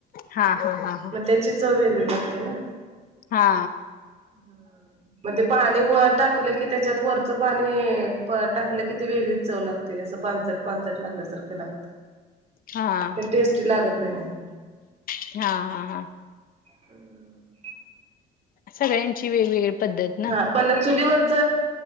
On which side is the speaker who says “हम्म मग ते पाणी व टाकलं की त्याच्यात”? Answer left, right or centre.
Right